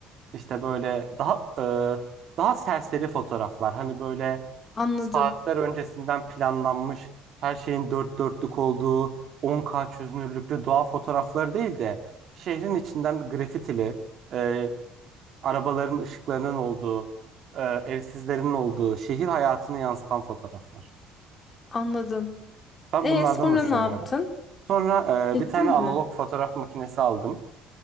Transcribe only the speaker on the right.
İşte böyle daha e, daha serseri fotoğraflar. Hani böyle
saatler öncesinden planlanmış, her şeyin dört dörtlük olduğu, 10K çözünürlüklü doğa fotoğrafları değil de şehrin içinden grafitili, e, arabaların ışıklarının olduğu, e, evsizlerin olduğu, şehir hayatını yansıtan fotoğraflar.
Ben
bunlardan
hoşlanıyorum.
Sonra
e, bir tane analog
fotoğraf makinesi aldım